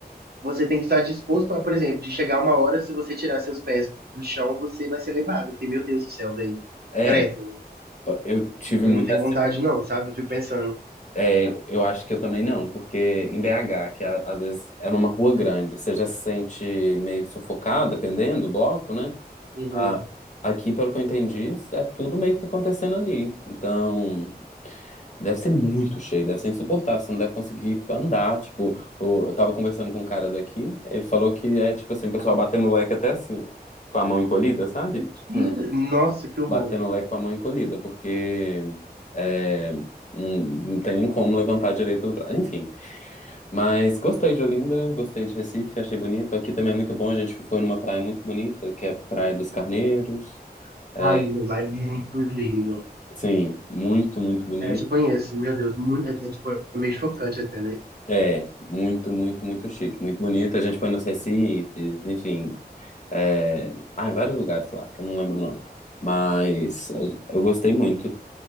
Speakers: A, on the right; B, on the left.
A: Você tem que estar disposto a, por exemplo, de chegar uma hora, se você tirar seus pés do chão, você vai ser levado. Eu fiquei, meu Deus do céu, velho.
B: É,
A: Credo.
B: eu tive
A: Eu
B: muita
A: não tenho vontade, não, sabe? Eu fico pensando.
B: É, eu acho que eu também não, porque em BH, que a- às vezes é numa rua grande, você já se sente meio sufocado, dependendo do bloco, né?
A: Uhum.
B: A- aqui, pelo que eu entendi, é tudo meio que acontecendo ali. Então, deve ser muito cheio, deve ser insuportável, você não deve conseguir andar. Tipo, o- eu tava conversando com um cara daqui, ele falou que é tipo assim, o pessoal batendo o leque até assim, ó, com a mão encolhida, sabe?
A: Mentira.
B: Hum,
A: Nossa, que horror.
B: batendo o leque com a mão encolhida, porque. é, não, não tem nem como levantar direito os braços. Enfim, mas gostei de Olinda, gostei de Recife, achei bonito. Aqui também é muito bom, a gente foi numa praia muito bonita, que é a Praia dos Carneiros. É,
A: Ai, meu, lá é muito lindo.
B: sim, muito, muito bonito.
A: É, eu já conheço, meu Deus, muito, é, é, tipo, é meio chocante até, né?
B: É, muito, muito, muito chique, muito bonito. A gente foi nos Recifes, enfim. É... Ah, em vários lugares lá, que eu não lembro o nome. Mas eh, eu gostei muito.